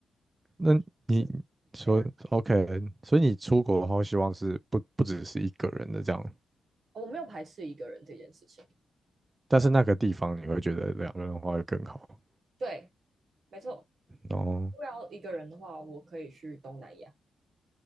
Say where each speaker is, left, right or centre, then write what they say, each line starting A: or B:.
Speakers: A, on the right (about 25°); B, on the right (about 60°).
A: 那你说
B: 我是怎样？
A: OK，所以你出国的话，希望是不不只是一个人的这样，
B: 哦我没有排斥一个人这件事情。
A: 但是那个地方你会觉得两个人的话会更好。
B: 然后对，没错，
A: 然后
B: 我要一个人的话，我可以去东南亚。